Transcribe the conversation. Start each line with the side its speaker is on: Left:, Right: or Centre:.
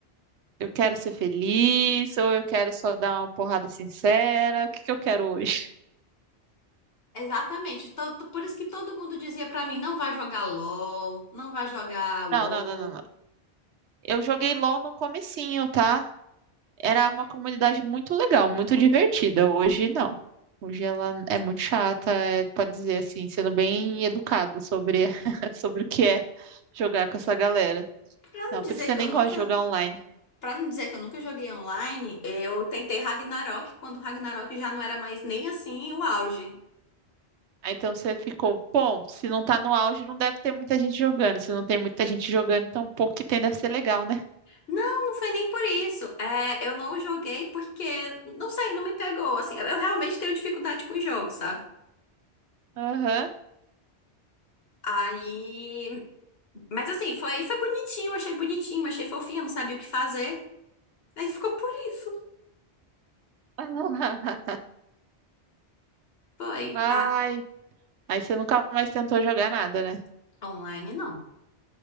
Right: eu quero ser feliz, ou eu quero só dar uma porrada sincera, o que que eu quero hoje?
Left: Exatamente, to- to- por isso que todo mundo dizia pra mim, não vai jogar LOL, não vai jogar
Right: Não,
Left: WoW.
Right: não, não, não, não. Eu joguei LOL no comecinho, tá? Era uma comunidade muito legal, muito divertida. Hoje não. Hoje ela é muito chata, é, pode dizer assim, sendo bem educada sobre, <laughs> sobre o que é jogar com essa galera.
Left: Pra
Right: Não,
Left: não dizer
Right: por isso que
Left: que
Right: eu nem
Left: eu nunca,
Right: gosto de jogar online.
Left: para não dizer que eu nunca joguei online, eu tentei Ragnarok quando Ragnarok já não era mais nem assim o auge.
Right: Aí então você ficou, bom, se não tá no auge, não deve ter muita gente jogando. Se não tem muita gente jogando, então o pouco que tem deve ser legal, né?
Left: Não, não foi nem por isso. É, eu não joguei porque, não sei, não me pegou, assim. eu realmente tenho dificuldade com jogos, sabe?
Right: Aham.
Left: Aí Mas assim, foi, foi bonitinho, achei bonitinho, achei fofinho, não sabia o que fazer. Aí ficou por isso.
Right: <laughs>
Left: Foi.
Right: Ai.
Left: Ah,
Right: Aí você nunca mais tentou jogar nada, né?
Left: online não.